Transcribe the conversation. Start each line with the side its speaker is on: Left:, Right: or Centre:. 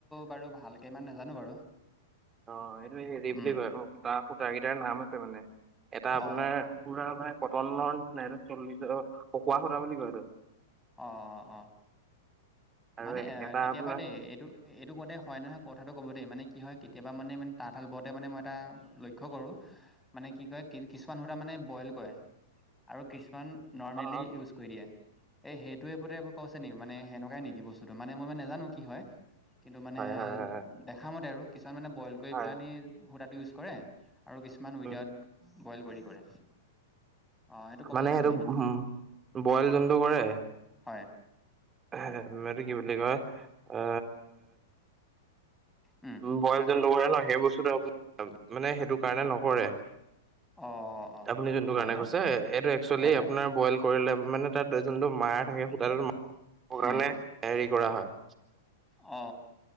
Centre: বাৰু ভালকে ইমান নাজানো বাৰু।
Right: অ এইটো হেৰি বুলি
Centre: উম
Right: কয় <unintelligible> সূতা, সূতাকেইটাৰ নাম আছে মানে। এটা আপোনাৰ
Centre: অ
Right: পুৰা
Centre: অ
Right: মানে কটনৰ নিচিনা এইটো চল্লি অ পকোৱা সূতা বুলি কয় এইটো।
Centre: অ অ অ
Right: আৰু
Centre: মানে এ
Right: এটা
Centre: কেতিয়াবা
Right: আপোনাৰ
Centre: দেই এই টো এইটো কওঁতে হয় নহয় কথাটো ক'ব দেই মানে কি হয় কেতিয়াবা মানে মানে তাঁত হাল বওঁতে মানে মই এটা লক্ষ্য কৰোঁ। মানে কি কয় কি কিছুমান সূতা মানে বইল কৰে আৰু কিছুমান নৰ্মেলি
Right: অ',
Centre: ইউজ কৰি দিয়ে। এই সেইটোৱে <unintelligible> কৈছে নেকি মানে সেনেকুৱাই নেকি বস্তুটো মানে মই ইমান নেজানো কি হয়। কিন্তু মানে
Right: হয় হয় হয়
Centre: দেখা মতে আৰু কিছুমান মানে বইল কৰি
Right: হয়
Centre: পেলানি সূতাটো ইউজ কৰে। আৰু কিছুমান
Right: উম
Centre: উইডাউট
Right: উম
Centre: বইল কৰি কৰে। অ ক'ব
Right: মানে
Centre: পাৰিব
Right: সেইটো
Centre: নেকি
Right: হুম বইল যোনটো কৰে।
Centre: হয়।
Right: হে মেটো কি বুলি কয় আ
Centre: উম
Right: বইল যেন নকৰে ন সেই বস্তুটো আপ <unintelligible> মানে সেইটো কাৰণে নকৰে।
Centre: অ', অ',
Right: আপুনি যোনটো
Centre: হয়
Right: কাৰণে
Centre: ন?
Right: কৈছে এইটো একচুৱেলি
Centre: হয়, হয়,
Right: আপোনাৰ বইল কৰিলে মানে তাত যোনটো মাৰ থাকে সূতাতে <unintelligible>
Centre: উম,
Right: কাৰণে হেৰি কৰা হয়।
Centre: অঁ।